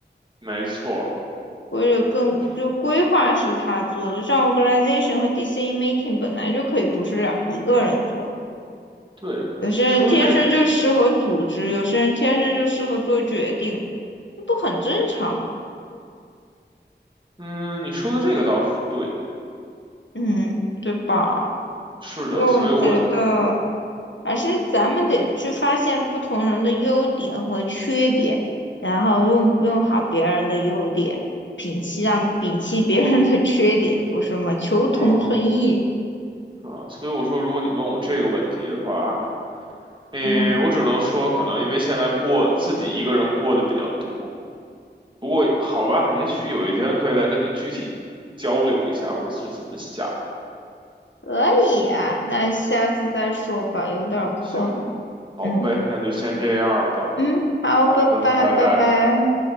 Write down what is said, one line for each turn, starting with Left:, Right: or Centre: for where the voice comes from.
Right: 没错，
Left: 或者更就规划是他做的，
Right: 那是
Left: 像 organization 和 decision making 本来就可以不是两一个人做，
Right: 对的，
Left: 有些人天生就适合组织，
Right: 说的这，
Left: 有些人天生就适合做决定，那不很正常吗？
Right: 嗯，你说的这个倒是对，
Left: 嗯，对吧？
Right: 是的，
Left: 所以我觉得
Right: 所以我，是
Left: 还是咱们得去发现不同人的优点和缺点，然后用用好别人的优点，摒弃让摒弃别人的 <laughs> 缺点，不是吗？求同存异。
Right: 啊，是啊，所以我说，如果你问我这个问题的话，诶，
Left: 嗯。
Right: 我只能说，可能因为现在过自己一个人过的比较多。不过好吧，也许有一天可以再跟你具体交流一下我是怎么想。
Left: 可以啊，那下次再说吧，有点儿困了。
Right: 行，好呗，
Left: 嗯
Right: 那就先这样吧。
Left: 嗯，好，
Right: 好的，
Left: 拜拜拜拜。
Right: 拜拜。